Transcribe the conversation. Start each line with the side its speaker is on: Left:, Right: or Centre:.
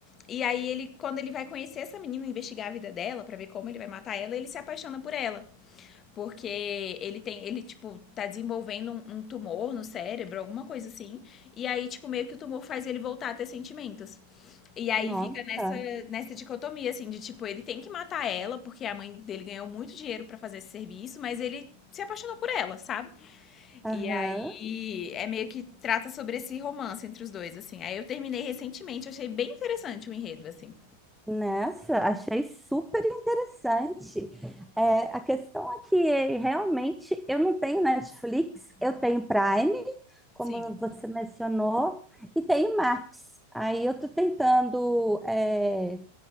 Left: E aí ele, quando ele vai conhecer essa menina, investigar a vida dela pra ver como ele vai matar ela, ele se apaixona por ela, porque ele tem, ele tipo tá desenvolvendo um, um tumor no cérebro, alguma coisa assim. E aí tipo meio que o tumor faz ele voltar a ter sentimentos. E aí
Centre: Nossa.
Left: fica nessa nessa dicotomia assim de tipo ele tem que matar ela porque a mãe dele ganhou muito dinheiro pra fazer esse serviço, mas ele se apaixonou por ela, sabe?
Centre: Aham.
Left: E aí é meio que trata sobre esse romance entre os dois, assim. Aí eu terminei recentemente, achei bem interessante o enredo, assim.
Centre: Nessa, achei super interessante. É, a questão é que realmente eu não tenho Netflix, eu tenho Prime, como
Left: Sim.
Centre: você mencionou, e tenho Max. Aí eu tô tentando, é,